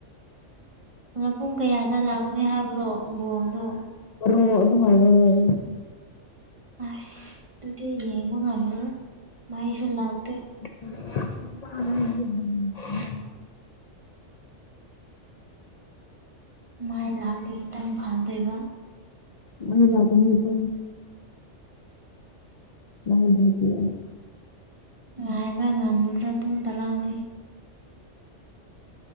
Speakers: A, on the right; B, on the left.
A: ꯄꯨꯡ ꯀꯌꯥꯗ ꯂꯥꯛꯀꯅꯤ ꯍꯥꯏꯕ꯭ꯔꯣ ꯕꯣꯔꯗꯣ
B: ꯣ ꯑꯗꯨ ꯑꯗꯨꯃꯅ
A: ꯑꯁ ꯑꯗꯨꯗꯤ ꯌꯦꯃ ꯉꯅ ꯃꯥꯥꯏꯁꯨ ꯂꯥꯎꯗ
B: <unintelligible>
A: ꯃꯥꯏ ꯂꯥꯔ ꯇꯥꯏ ꯐꯥꯗꯦꯕ
B: ꯃꯅꯥ ꯑꯗꯨ ꯃꯤꯔ ꯅ ꯦꯇ
A: ꯌꯥꯕ ꯉꯝꯕꯔꯕ ꯇꯔꯗꯤꯦ